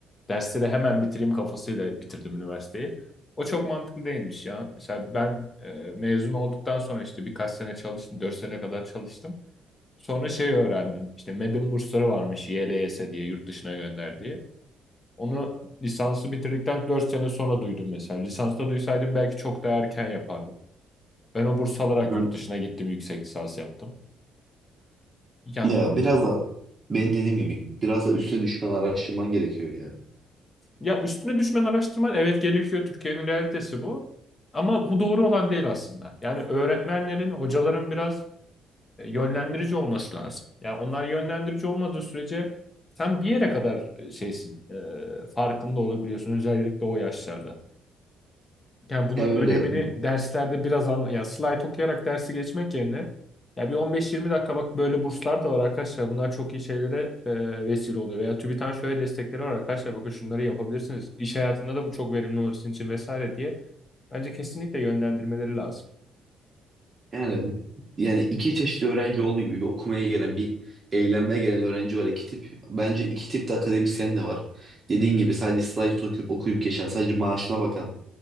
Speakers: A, on the left; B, on the right.
A: Dersleri hemen bitireyim kafasıyla bitirdim üniversiteyi. O çok mantıklı değilmiş ya. Mesela ben e, mezun olduktan sonra işte birkaç sene çalıştım. dört sene kadar çalıştım. Sonra şey öğrendim. İşte MEB'in bursları varmış YLS diye yurt dışına gönderdiği. Onu lisansı bitirdikten 4 sene sonra duydum mesela. Lisansta duysaydım belki çok daha erken yapardım. Ben o burs alarak
B: Evet.
A: yurt dışına gittim, yüksek lisans yaptım. Yani
B: Ya biraz da benim dediğim gibi biraz da üstüne düşmen araştırman gerekiyor ya.
A: Ya üstüne düşmen araştırman evet gerekiyor. Türkiye'nin realitesi bu. Ama bu doğru olan değil aslında. Yani öğretmenlerin, hocaların biraz e, yönlendirici olması lazım. Yani onlar yönlendirici olmadığı sürece sen bir yere kadar e, şeysin, e, farkında olabiliyorsun özellikle o yaşlarda yani bunun
B: Ya öyle
A: önemini derslerde biraz anla ya slide okuyarak dersi geçmek yerine ya bir 15-20 dakika bak böyle burslar da var arkadaşlar. Bunlar çok iyi şeylere e, vesile oluyor. Veya TÜBİTAK'ın şöyle destekleri var arkadaşlar. Bakın şunları yapabilirsiniz. İş hayatında da bu çok verimli olur sizin için vesaire diye. Bence kesinlikle yönlendirmeleri lazım.
B: yani yani iki çeşit öğrenci olduğu gibi bir okumaya gelen bir eğlenmeye gelen öğrenci var iki tip. Bence iki tip de akademisyen de var. Dediğin gibi sadece slide okuyup okuyup geçen sadece maaşına bakan